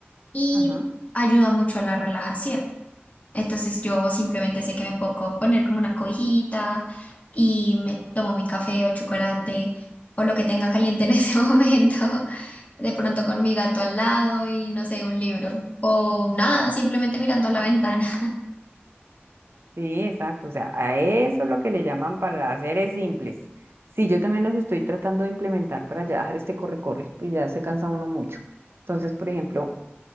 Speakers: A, on the left; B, on the right.
A: y
B: Ajá.
A: ayuda mucho a la relajación. Entonces yo simplemente sé que me puedo co- poner como una cobijita y me tomo mi café o chocolate o lo que tenga caliente en <laughs> ese momento, de pronto con mi gato al lado y no sé, un libro o nada, simplemente mirando a la ventana.
B: Sí, exacto. O sea, a eso es lo que le llaman para seres simples. Sí, yo también los estoy tratando de implementar para ya dejar este corre-corre, pues ya se cansa uno mucho. Entonces, por ejemplo,